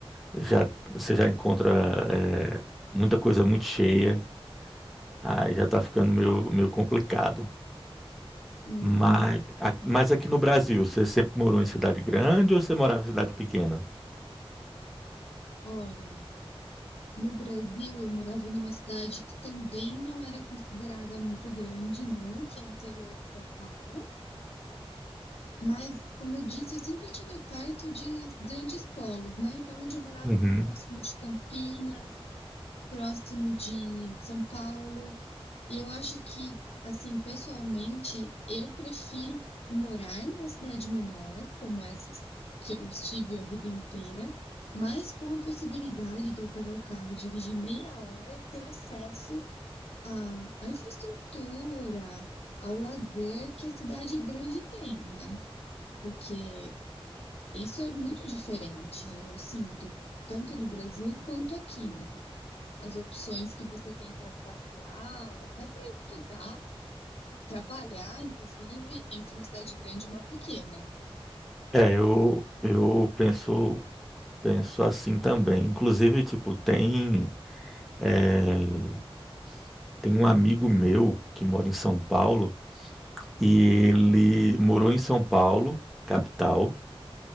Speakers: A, in the centre; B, on the left.
A: já você já encontra é, muita coisa muito cheia, aí já tá ficando meio meio complicado.
B: Hum,
A: Mas, a- mas aqui no Brasil, você sempre morou em cidade grande ou você morava em cidade pequena?
B: olha. No Brasil, eu morava numa cidade que também não era considerada muito grande, não, que é interior de São Paulo. Mas, como eu disse, eu sempre estive perto de grandes polos, né? Então, onde eu morava
A: Uhum.
B: estava próximo de Campinas, próximo de São Paulo. E eu acho que, assim, pessoalmente, eu prefiro morar numa cidade menor, como essas que eu estive a vida inteira, mas com a possibilidade de eu pegar o carro, dirigir meia hora e ter acesso à, à infraestrutura, ao lazer que a cidade grande tem, né? Porque isso é muito diferente, eu sinto, tanto no Brasil quanto aqui, né? As opções que você tem para passear ou até para estudar trabalhar, inclusive, entre uma cidade grande e uma pequena.
A: É, eu, eu penso, penso assim também. Inclusive, tipo, tem, eh, Tem um amigo meu que mora em São Paulo e ele morou em São Paulo, capital,